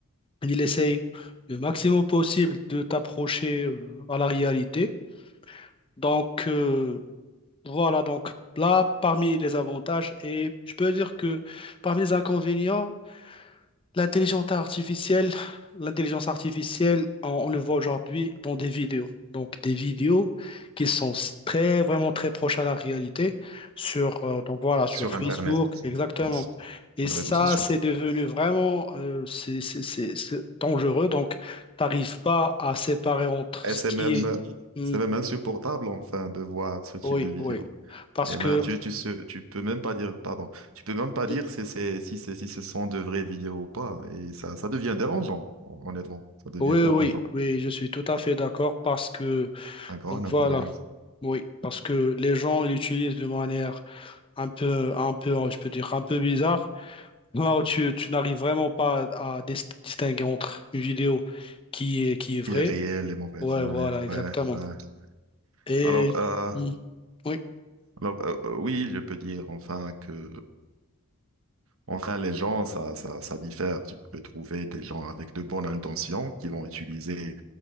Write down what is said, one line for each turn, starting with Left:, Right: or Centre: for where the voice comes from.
Left: Il essaye le maximum possible de t'approcher euh, à la réalité. Donc, euh, voilà, donc là, parmi les avantages, et je peux dire que parmi les inconvénients, L'intelligence artificielle, l'intelligence artificielle, on, on le voit aujourd'hui dans des vidéos. Donc des vidéos qui sont s- très vraiment très proches à la réalité sur euh, donc voilà sur
Right: Sur
Left: Facebook
Right: Internet,
Left: exactement.
Right: je pense,
Left: Et
Right: sur
Left: ça
Right: les réseaux sociaux.
Left: c'est devenu vraiment euh, c'est c'est- c'est- c'est dangereux. Donc t'arrives pas à séparer entre
Right: Et
Left: ce
Right: c'est
Left: qui
Right: même,
Left: est Hmm,
Right: c'est même insupportable, enfin, de voir ce type
Left: oui
Right: de vidéo.
Left: oui parce
Right: Eh
Left: que
Right: ben, tu, tu, se- tu peux même pas dire, pardon, tu peux même pas
Left: oui
Right: dire si c'est, si c'est, si ce sont de vraies vidéos ou pas. Et ça, ça devient dérangeant, hon- honnêtement. Ça devient
Left: oui
Right: dérangeant.
Left: oui je suis tout à fait d'accord parce que
Right: Un grand
Left: donc
Right: inconvénient.
Left: voilà Oui, parce que les gens l'utilisent de manière un peu, un peu, je peux dire, un peu bizarre, là où tu, tu n'arrives vraiment pas à, à dis- distinguer entre une vidéo qui est, qui est vraie.
Right: Qui est réel et mauvais.
Left: Ouais,
Right: Ouais,
Left: voilà, exactement.
Right: ouais, ouais.
Left: Et
Right: Alors, euh,
Left: Mm. oui,
Right: Alors, euh, euh, oui, je peux dire enfin que, enfin, les gens, ça, ça, ça diffère. Tu peux trouver des gens avec de bonnes intentions qui vont utiliser